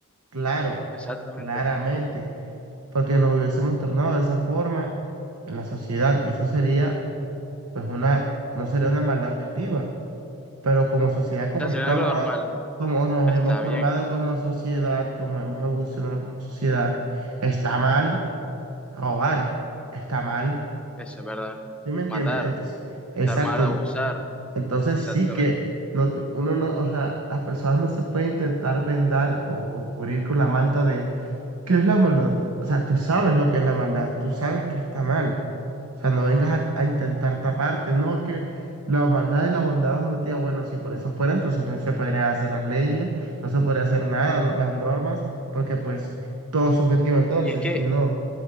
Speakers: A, on the right; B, in the centre.
A: Claro,
B: Exactamente.
A: claramente,
B: O
A: porque nos hubiésemos tornado de esa forma en la sociedad y eso sería pues una, no sería una maldad objetiva, pero como sociedad, como
B: sea,
A: estamos,
B: sería algo normal.
A: a- como nos
B: Está
A: hemos formado
B: bien,
A: como sociedad, como hemos evolucionado como sociedad, está mal robar, está mal,
B: eso es verdad.
A: ¿sí me entiendes?
B: Matar,
A: Entonces,
B: estar
A: exacto,
B: mal, abusar
A: en- entonces
B: Exactamente.
A: sí que no, uno no, o sea, las personas no se pueden intentar vendar o, o cubrir con la manta de ¿qué es la maldad? O sea, tú sabes lo que es la maldad, tú sabes que está mal. O sea, no vengas a, a intentar taparte, no, es que la maldad y la bondad son objetivas. Bueno, si por eso fuera, entonces no se podrían hacer las leyes, no se podría hacer nada, no- las normas, porque pues todo es subjetivo entonces,
B: Y es que,
A: y no.